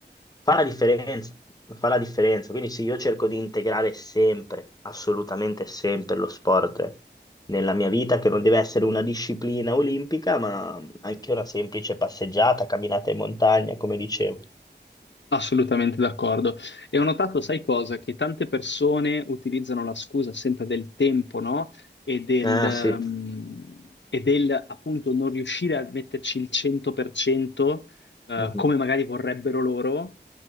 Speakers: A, on the left; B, on the left.
A: fa la differenza, fa la differenza. Quindi sì, io cerco di integrare sempre, assolutamente sempre lo sport nella mia vita, che non deve essere una disciplina olimpica, ma anche una semplice passeggiata, camminata in montagna, come dicevo.
B: Assolutamente d'accordo. E ho notato, sai cosa? Che tante persone utilizzano la scusa sempre del tempo, no? E del,
A: Ah,
B: ehm,
A: sì,
B: e del appunto non riuscire a metterci il 100%, eh,
A: Mhm.
B: come magari vorrebbero loro,